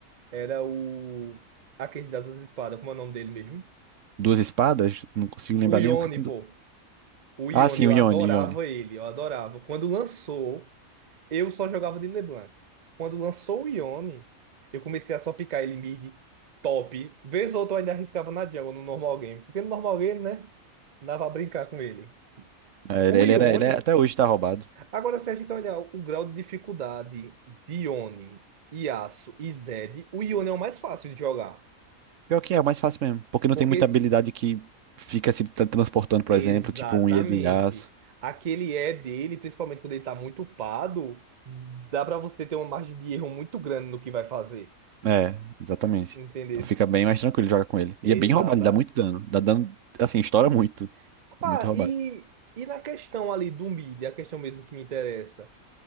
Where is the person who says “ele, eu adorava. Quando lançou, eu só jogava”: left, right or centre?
Right